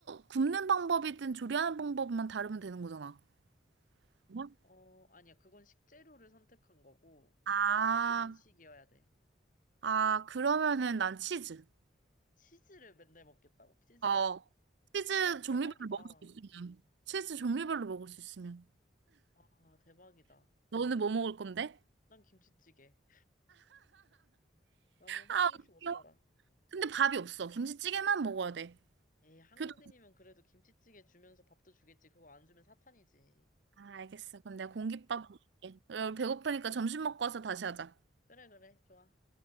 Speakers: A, on the right (about 70°); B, on the left (about 45°).
A: 굽는 방법이든 조리하는 방법만 다르면 되는 거잖아. 뭐?
B: 어, 아니야. 그건 식재료를 선택한 거고,
A: 아,
B: 음, 음식이어야 돼.
A: 아, 그러면은 난 치즈.
B: 치즈를 맨날 먹겠다고? 치즈만?
A: 어, 치즈
B: 헐, 대박이다.
A: 종류별로 먹을 수 있으면. 치즈 종류별로 먹을 수 있으면.
B: 와, 대박이다.
A: 너는 뭐 먹을 건데?
B: 난 김치찌개. 나는
A: 아,
B: 한식 없이
A: 웃겨.
B: 못 살아.
A: 근데 밥이 없어. 김치찌개만 먹어야 돼.
B: 에이, 한국인이면
A: 교도.
B: 그래도 김치찌개 주면서 밥도 주겠지. 그거 안 주면 사탄이지.
A: 아, 알겠어. 그럼 내가 공깃밥 먹을게. 야, 우리 배고프니까 점심 먹고 와서 다시 하자.
B: 그래, 그래. 좋아.